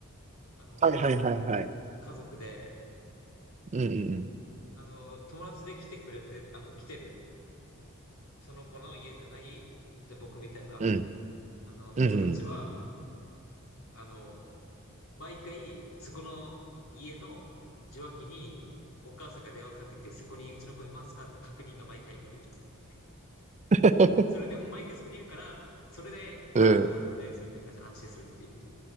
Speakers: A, on the left (about 70°); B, on the right (about 30°).
A: あのー、
B: はいはいはいはい。
A: 家族で、
B: うんうん
A: あのー、友達で来てくれてる、あの、来てる、その子の家じゃない、じゃあ僕みたいな、
B: うん。
A: あの、人たちは、
B: うん、うん、うん。
A: あの、毎回、そこの家の受話器にお母さんが電話かかってきて、そこにうちの子いますかって確認が毎回来るっていう。
B: <laughs>
A: それでも毎回そこにいるから、それで、
B: うん。
A: ああ、じゃあ大丈夫です、みたいな感じで安心するっていう。